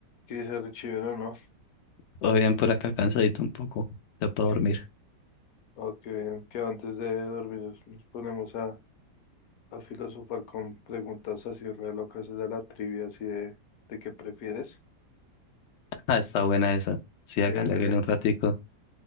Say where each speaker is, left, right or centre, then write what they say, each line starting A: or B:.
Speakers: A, on the left; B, on the left.
A: que dice Richie, no, no,
B: Todo bien por acá, cansadito un poco. Ya puedo
A: que,
B: dormir. <laughs>
A: ah, qué bien, que antes de dormir nos nos ponemos a, a filosofar con preguntas así re locas de la trivia, así de, de qué prefieres.
B: Ah, está buena esa. Sí,
A: Sí,
B: hágale,
A: hágale,
B: hágale un ratico.